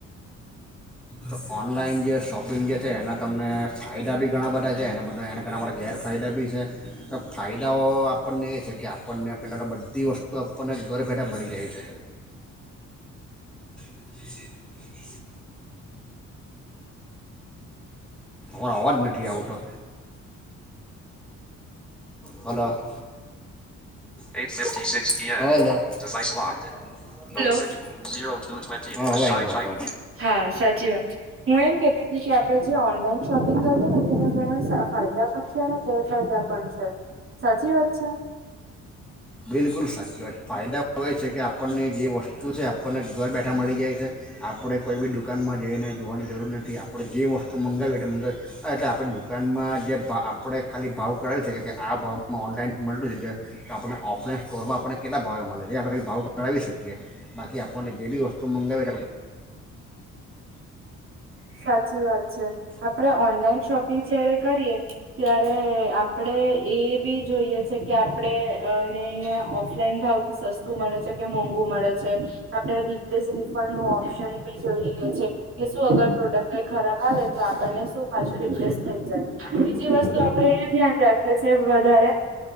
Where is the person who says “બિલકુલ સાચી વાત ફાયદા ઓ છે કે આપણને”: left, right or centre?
Centre